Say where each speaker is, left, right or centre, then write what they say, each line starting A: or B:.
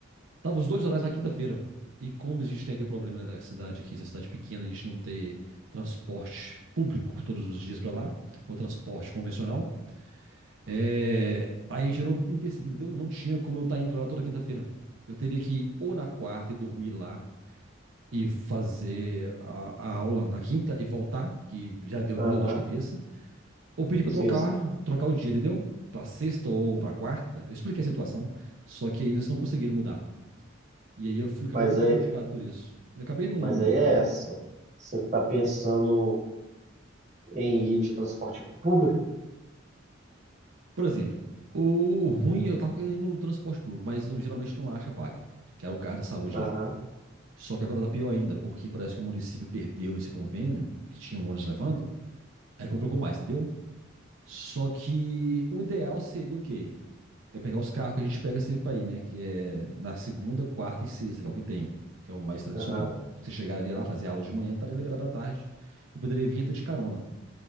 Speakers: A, on the right; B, on the right.
A: Tava os dois horários na quinta-feira. E como a gente tem aquele problema né, da cidade aqui, essa cidade pequena, a gente não ter transporte público todos os dias para lá, ou transporte convencional, é, aí gerou um empecilho, entendeu? Não tinha como eu estar indo pra lá toda quinta-feira. Eu teria que ir ou na quarta e dormir lá e fazer a, a aula na quinta e voltar, que já deu
B: Aham.
A: muita dor de cabeça, ou pedir para
B: Sim,
A: trocar,
B: sim.
A: trocar o dia, entendeu? Para sexta ou para quarta. Eu expliquei a situação, só que eles não conseguiram mudar. E aí eu fui, acabei
B: Mas
A: ficando
B: aí,
A: prejudicado por isso. Eu acabei não,
B: mas
A: não
B: aí
A: indo
B: é
A: também.
B: essa. Você tá pensando em ir de transporte público?
A: Por exemplo, o ruim, eu tava querendo o transporte público, mas não- geralmente não acha vaga, que era o carro da saúde
B: Aham.
A: lá. Só que agora tá pior ainda, porque parece que o município perdeu esse convênio, que tinha um ônibus levando, aí complicou mais, entendeu? Só que o ideal seria o quê? É pegar os carros que a gente pega sempre pra ir, né? Que é na segunda, quarta e sexta, que é o que tem, que é o mais tradicional.
B: Aham.
A: Você chegaria lá, fazer aula de manhã, estaria liberado à tarde e poderia vir até de carona.